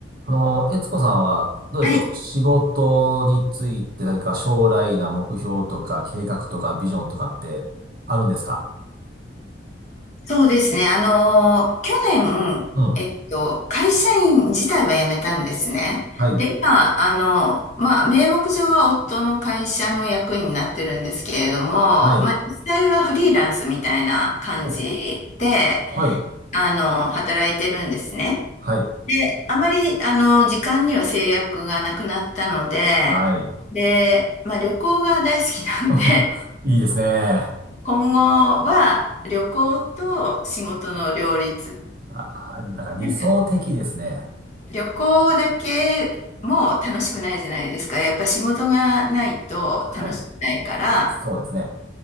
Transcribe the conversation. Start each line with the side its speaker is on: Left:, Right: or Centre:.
Right: あの、悦子さんは、どうでしょう。
Left: はい、
Right: 仕事について何か将来な目標とか計画とかビジョンとかってあるんですか
Left: そうですね。あのー、去年、
Right: うん。
Left: えっと、会社員自体は辞めたんですね。
Right: はい。
Left: で、今、あの、まあ、名目上は夫の会社の役員になってるんですけれども、まあ、
Right: はい。
Left: 実際はフリーランスみたいな感じで、
Right: おはい。
Left: あの、働いてるんですね。
Right: はい。
Left: で、あまり、あの、時間には制約がなくなったので、
Right: はい。
Left: で、まあ、旅行が大好きなんで
Right: <laughs> いいですね。
Left: 今後は旅行と仕事の両立。
Right: あなんか理想的ですね。
Left: なんか旅行だけも楽しくないじゃないですか。やっぱ仕事がないと楽しくないから、
Right: はい。そうですね。